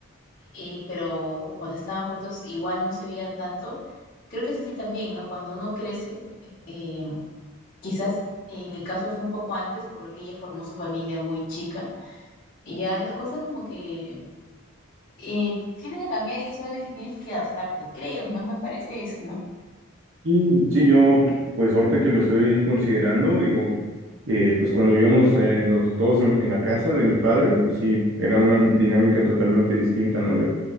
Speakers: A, on the left (about 40°); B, on the right (about 65°).
A: y- pero cuando estaban juntos igual no se veían tanto. Creo que es así también, ¿no? Cuando uno crece, eh, quizás en mi caso fue un poco antes, por lo que ella formó su familia muy chica, y ya las cosas como que eh, tienen que cambiar y solamente tienes que adaptarte, creo, me, me parece eso, ¿no?
B: Y sí, yo, pues ahorita que lo estoy considerando, digo, eh, pues cuando vivíamos eh, los, todos en, en la casa de mis padres, pues sí, era una dinámica totalmente distinta, ¿no? Ya,